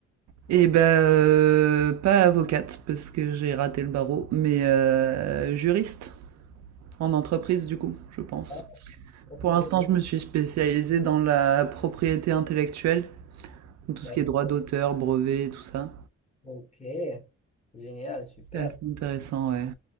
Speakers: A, on the right; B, on the left.
A: Et ben euh, pas avocate parce que j'ai raté le barreau, mais euh, juriste en entreprise du coup, je pense.
B: Ah, ok,
A: Pour l'instant, je me suis spécialisée dans la propriété intellectuelle Tout
B: d'accord,
A: ce qui est droit d'auteur, brevet, tout ça.
B: ok, génial, super.
A: C'est assez intéressant, ouais.